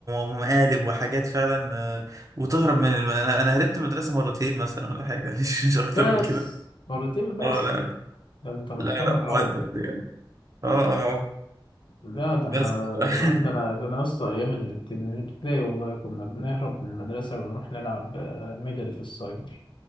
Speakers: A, on the right (about 40°); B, on the left (about 70°).
A: ومقالب وحاجات فعلا آه، وتهرب من الم... أنا أنا هربت من المدرسة مرتين مثلا ولا حاجة <laughs> مش مش أكتر
B: بس
A: من كده
B: مرتين بس
A: أه لا لا
B: ده انت محترم
A: لا لا مؤدب
B: قوي
A: يعني أه أه آه.
B: لا ده
A: بس
B: احنا
A: <laughs>
B: زمان ده انا ده انا لسه ايام الابت- الابتدائي والله كنا بنهرب من المدرسه ونروح نلعب آه، ميدل في السايبر